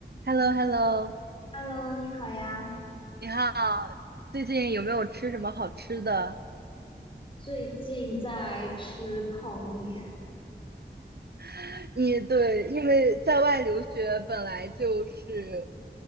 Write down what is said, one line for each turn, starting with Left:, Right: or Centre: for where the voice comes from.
Right: h e l l o h e l l o
Left: Hello，你好呀。
Right: 你好，最近有没有吃什么好吃的？
Left: 最近在吃泡面，
Right: <laughs> 你对，因为在外留学本来就是